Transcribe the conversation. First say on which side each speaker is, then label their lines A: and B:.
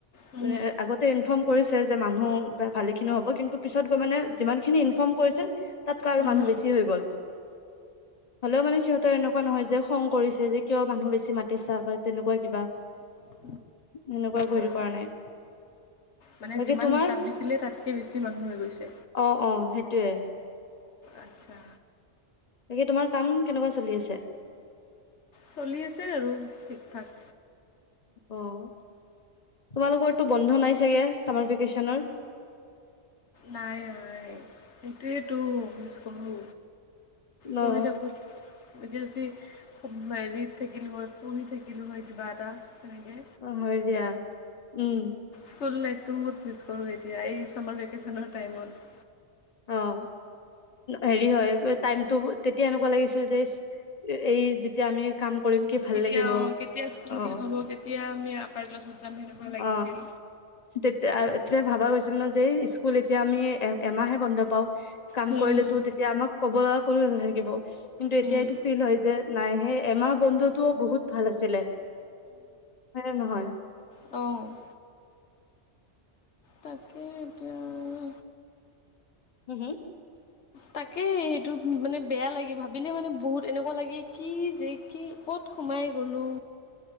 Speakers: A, on the left; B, on the left.
A: হম,
B: মানে আগত। ইনফৰ্ম কৰিছে যে মানুহ ভালে খিনিও হ'ব কিন্তু পিছত গৈ মানে যিমান খিনি ইনফৰ্ম কৰিছে। তাতকৈ আৰু
A: হম,
B: মানুহ
A: হম,
B: বেছি হৈ গ'ল। হলেও মানে সিহঁতৰ এনেকুৱা নহয় যে খং কৰিছে যে কিয় মানুহ বেছি মাতিছা বা তেনেকুৱা কিবা।
A: <inaudible>
B: এনেকুৱা একো
A: অ'।
B: হেৰি কৰা নাই।
A: মানে
B: বাকী
A: যিমান
B: তোমাৰ
A: হিচাপ দিছিলে তাতকে বেছি মানুহ হৈ গৈছে।
B: অঁ অঁ সেইটোয়ে।
A: আচ্ছা।
B: বাকী তোমাৰ কাম কেনেকুৱা চলি আছে।
A: চলি আছে আৰু থিক থাক।
B: অঁ তোমালোকৰটো বন্ধ নাই চাগে চামাৰ ভেকেচনৰ।
A: নাই নাই সেইটোয়েইটো মিছ কৰো পঢ়ি
B: অ
A: থাকো। <unintelligible> থাকিলোঁ হয়, পঢ়ি থাকিলোঁ হয় কিবা এটা, তেনেকে
B: অ', হয় দিয়া, উম'।
A: স্কুল লাইফটো বহুত মিছ কৰোঁ এতিয়া এই ছামাৰ ভেকেশ্যনৰ টাইমত।
B: অঁ হেৰি হয় টাইমটো তেতিয়া এনেকুৱা লাগিছিল। যে এই যেতিয়া আমি কাম কৰিম কি। ভাল
A: কেতিয়া
B: লাগিব
A: অঁ কেতিয়া স্কুল
B: অ
A: শেষ হ'ব কেতিয়া আমি আপাৰ ক্লাছত যাম সেনেকুৱা লাগিছিল।
B: অ তেতিয়া তেতিয়া ভাবা গৈছিল ন যে স্কুল এতিয়া আমি এ এমাহে বন্ধ পাওঁ। কাম
A: হুম
B: কৰিলেতো তেতিয়া আমাক ক'ব লগা কোনো নাথাকিব। কিন্তু
A: হুম
B: এতিয়া এইটো ফিল হয় যে নাই সেই এমাহ বন্ধটোও বহুত ভাল আছিলে। হয় নে নহয়?
A: অঁ। তাকে এতিয়া।
B: হুম হুম?
A: তাকেই সেইটো মানে বেয়া লাগে ভাবিলে মানে বহুত এনেকুৱা লাগে কি যে কি ক'ত সোমাই গ'লো